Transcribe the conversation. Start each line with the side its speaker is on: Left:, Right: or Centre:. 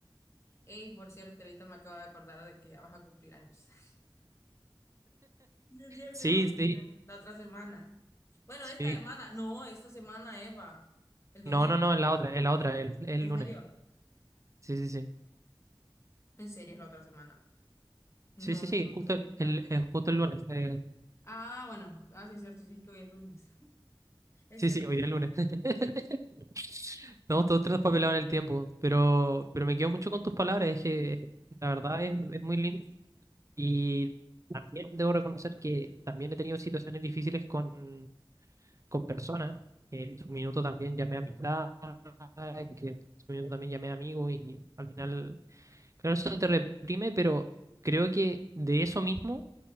Left: hey, por cierto, ahorita me acabo de acordar de que ya vas a cumplir años. <laughs> Sí, Es cierto,
Right: Sí,
Left: ya va a cumplir
Right: sí,
Left: años. La otra semana. Bueno,
Right: sí.
Left: esta semana. No, esta semana, Eva. El domingo.
Right: No, no, no, es la otra, es la otra, el, el
Left: ¿En
Right: lunes.
Left: serio?
Right: Sí, sí, sí.
Left: En serio, es la otra semana. No,
Right: Sí, sí,
Left: creo
Right: sí, justo
Left: que-
Right: el, el- justo el lunes. eh,
Left: Ah, ah, bueno. Ah, sí, es cierto. Sí, es que hoy es lunes. <laughs> Es
Right: sí,
Left: cierto.
Right: sí, hoy día es lunes. <laughs> Estamos todos traspapelados en el tiempo, pero, pero me quedo mucho con tus palabras, es que es- la verdad es, es muy lindo. Y también debo reconocer que también he tenido situaciones difíciles con, con personas, que en su minuto también llamé amistad, que en su minuto también llamé amigo y al final, claro, eso te reprime, pero creo que de eso mismo